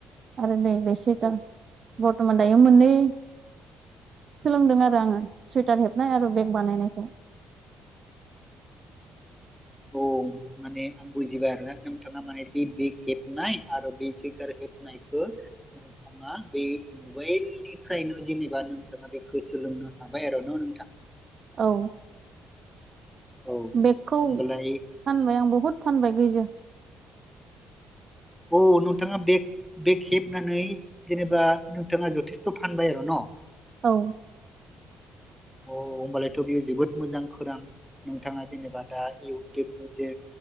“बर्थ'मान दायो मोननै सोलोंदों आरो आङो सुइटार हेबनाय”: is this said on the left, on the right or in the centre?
Right